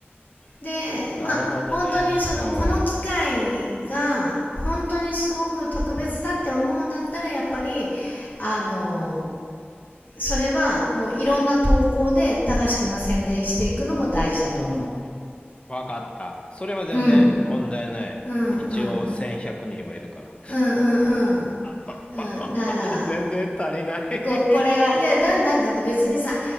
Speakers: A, on the left; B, on the left.
A: で、
B: なるほどね。
A: まあ、本当にその、
B: うん。
A: この機会が、本当にすごく特別だって思うんだったら、やっぱり、あの、それはもういろんな投稿で、高橋くんが宣伝していくのも大事だと思
B: わかった。それは全然問題ない。
A: う。うん。うんうん。
B: 一応1100人はいるから。
A: うんうんうん。
B: <laughs>
A: うん。だから、
B: 全然足りない
A: こ、これが、いや、だんだんだって別にさ、